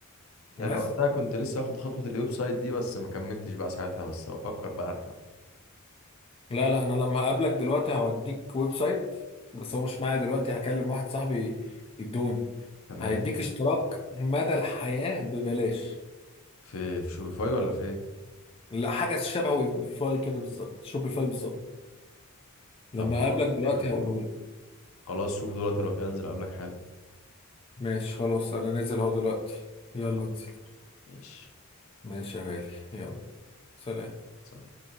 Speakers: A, on the left; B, on the left.
A: يعني
B: بس
A: وقتها كنت لسه اخد خطوة الويب سايت دي بس ما كملتش بقى ساعتها بس بفكر بقى ارجع
B: لا لا انا لما هقابلك دلوقتي هوديك ويب سايت بس هو مش معايا دلوقتي هكلم واحد صاحبي يدوني
A: تمام
B: هيديك اشتراك مدى الحياة ببلاش
A: في في شوفيفاي ولا في ايه
B: لا حاجة شبه ويبيفاي كده بالظبط شوبيفاي بالظبط لما
A: طب
B: اقابلك دلوقتي
A: جامد.
B: هقوله لك
A: خلاص شوف دلوقتي لو كده انزل اقابلك حالا
B: ماشي خلاص انا نازل اهو دلوقتي يلا
A: خلاص
B: انزل
A: ماشي
B: ماشي يا غالي يلا سلام
A: سلام.